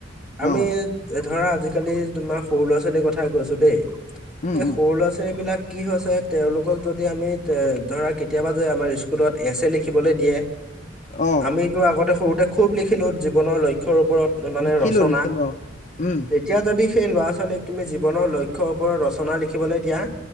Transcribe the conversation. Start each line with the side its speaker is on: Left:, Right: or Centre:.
Centre: আমি
Left: অ
Centre: ধৰা আজি- আজিকালি তোমাৰ সৰু ল'ৰা ছোৱালীৰ কথা কৈছো দেই
Left: উম
Centre: এই
Left: উম
Centre: সৰু ল'ৰা ছোৱালী বিলাক কি হৈছে তেওঁলোকক যদি আমি ধৰা কেতিয়াবা যে আমাৰ স্কুলত এছ এ লিখিবলৈ দিয়ে
Left: অ
Centre: আমিতো আগতে সৰুতে খুব লিখিলো জীৱনৰ লক্ষ্য ৰ ওপৰত মানে
Left: লিখিলো
Centre: ৰচনা
Left: লিখিলো অ উম
Centre: তেতিয়া যদি সেই ল'ৰা ছোৱালীক তুমি জীৱনৰ লক্ষ্যৰ ওপৰত ৰচনা লিখিবলৈ দিয়া